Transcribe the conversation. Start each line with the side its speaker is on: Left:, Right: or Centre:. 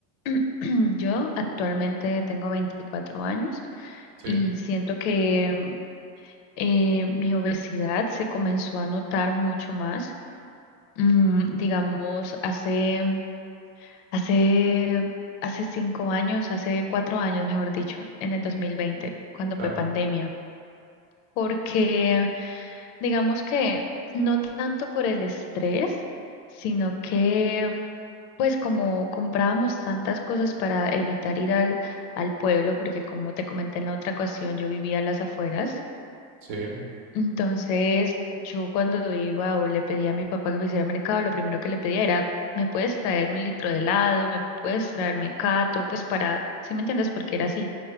Left: <clears throat> yo actualmente tengo 24 años
Right: Sí,
Left: y siento que mm, eh, mi obesidad se comenzó a notar mucho más. Mm, digamos, hace, hace, hace cinco años, hace cuatro años, mejor dicho, en el 2020, cuando
Right: claro.
Left: fue pandemia. Porque digamos que no tanto por el estrés, sino que Pues como comprábamos tantas cosas para evitar ir al, al pueblo, porque como te comenté en la otra ocasión, yo vivía a las afueras.
Right: Sí,
Left: Entonces, yo cuando iba o le pedía a mi papá que me hiciera mercado, lo primero que le pedía era, ¿me puedes traer un litro de helado? ¿Me puedes traer mecato? Pues para, ¿sí me entiendes? Porque era así.